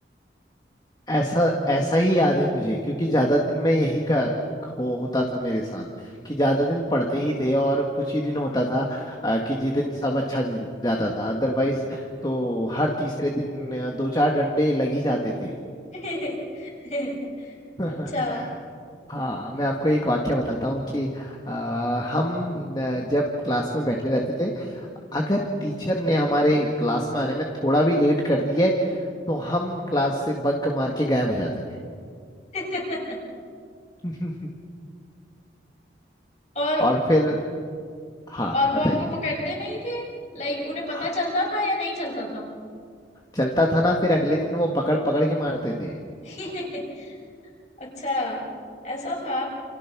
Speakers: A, on the left; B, on the left.
A: ऐसा ऐसा ही याद है मुझे क्योंकि ज्यादा दिन में यही का हो होता था मेरे साथ कि ज्यादा दिन पढ़ते ही थे और कुछ ही दिन होता था अ, कि जिस दिन सब अच्छा जी- जाता था अदरवाइज तो हर तीसरे दिन अ, दो चार डंडे लग ही जाते थे
B: <laughs>
A: <laughs>
B: अच्छा
A: हाँ मैं आपको एक वाक्य बताता हूँ कि अ, हम अ, जब क्लास में बैठे रहते थे अगर टीचर ने हमारे क्लास में आने में थोड़ा भी लेट कर दिया है, तो हम क्लास से बंक मार के गायब हो जाते थे
B: <laughs>
A: <laughs>
B: और
A: और फिर हाँ
B: और वो
A: बताइए
B: आपको पकड़ते नहीं थे लाइक उन्हें पता
A: हाँ,
B: चलता था या नहीं चलता था
A: चलता था ना फिर अगले दिन वो पकड़ पकड़ के मारते थे
B: <laughs> अच्छा ऐसा था